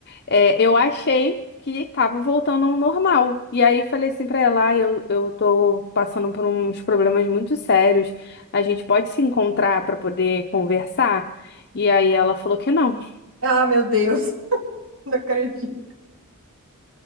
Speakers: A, on the left (about 50°); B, on the right (about 65°).
A: é, eu achei que tava voltando ao normal. E aí falei assim pra ela, ah, eu, eu tô passando por uns problemas muito sérios. A gente pode se encontrar para poder conversar? E aí ela falou que não.
B: Ah, meu Deus, <laughs> não acredito.